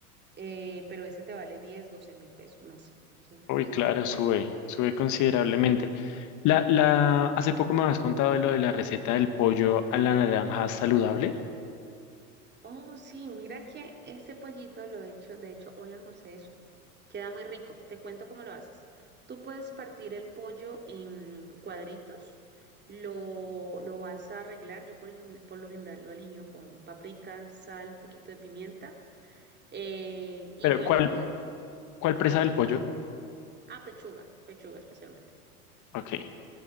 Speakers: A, on the right (about 25°); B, on the left (about 40°).
A: eh, pero ese te vale 10 12 mil pesos más. O sea,
B: Uy,
A: sí.
B: claro, sube, sube considerablemente. La, la, hace poco me habías contado de lo de la receta del pollo a la naranja saludable,
A: Oh, sí, mira que ese pollito lo he hecho, de hecho, hoy almorcé eso. Queda muy rico. Te cuento cómo lo haces. Tú puedes partir el pollo en cuadritos, lo, lo vas a arreglar. Yo, por ejemplo, por lo general lo aliño con paprika, sal, poquito de pimienta. eh, y
B: pero
A: bueno,
B: ¿cuál,
A: lo de...
B: cuál presa
A: Sí.
B: del pollo?
A: Ah, pechuga, pechuga especialmente.
B: Ok.